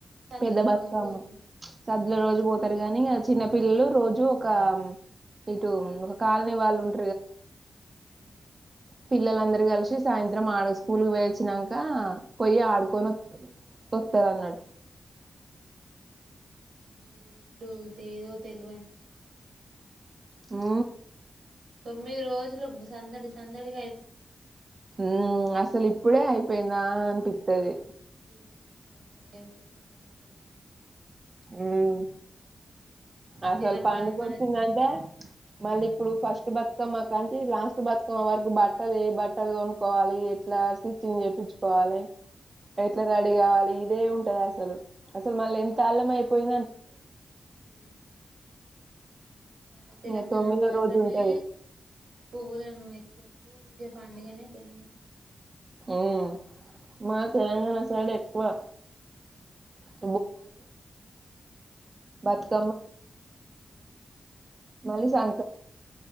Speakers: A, on the right; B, on the right.
A: సద్దుల
B: పెద్ద బతుకమ్మ
A: రోజు పోతారు
B: సద్దుల రోజు పోతరు గనీ ఇగ చిన్న పిల్లలు రోజు ఒక ఇటు ఒక కాలనీ వాళ్ళు ఉంటరు కదా
A: హ్
B: పిల్లలందరూ కలిసి సాయంత్రం ఆడ స్కూల్కి పోయి వచ్చినంకా పోయి ఆడుకోన్ కొత్తరన్నట్టు
A: తొమ్మిది రోజులు ఎదో తెల్వనిని
B: మ్
A: తొమ్మిది రోజులు సందడి సందడిగా అయిపోతది
B: హ్మ్ అసల్ ఇప్పుడే అయిపోయిందా అనిపిత్తది.
A: కోవాలే కొత్త కొత్త బట్టల్ కొనుక్కోవాలే మ
B: మ్ అసల్
A: తెలంగాణ
B: పడుగొచ్చినంక
A: మన
B: మళ్ ఇప్పుడు ఫస్ట్ బతుకమ్మ కానీ లాస్ట్ బతుకమ్మ వరకు, బట్టలు ఏ బట్టలు కొనుకోవాలి ఎట్లా స్టిచ్చింగ్ చేపించుకోవాలి ఎట్ల రెడీ కావాలి అదే ఉంటది అసలు అసలు మళ ఎంత మపోయినా అనిపితది
A: అవును మన తెలంగాణ
B: ఇంక తొమ్మిదో
A: మాత్రమే
B: రోజు ఉంటది
A: పువ్వులను ఎక్కువ పూజించే పండుగనే తెలంగాణ
B: మ్ మా తెలంగాణ సైడ్ వ బోనాలు బతుకమ్మా
A: ఉ
B: మళ్ళీ సంక్రాంతి